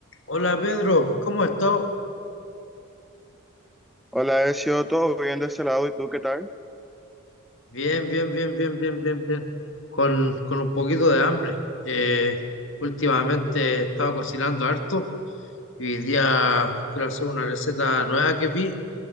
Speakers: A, on the left (about 60°); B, in the centre.
A: Hola Pedro, ¿cómo estás?
B: Hola, Ezio, todo bien de ese lado, ¿y tú qué tal?
A: Bien, bien, bien, bien, bien, bien, bien. Con, con un poquito de hambre. Eh, últimamente he estado cocinando harto y hoy día quiero hacer una receta nueva que vi